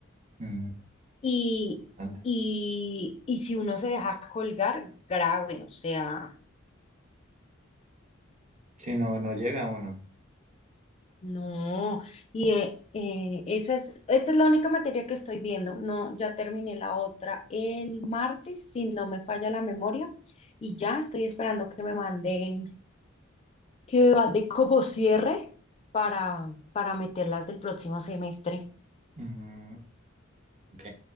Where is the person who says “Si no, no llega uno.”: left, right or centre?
Right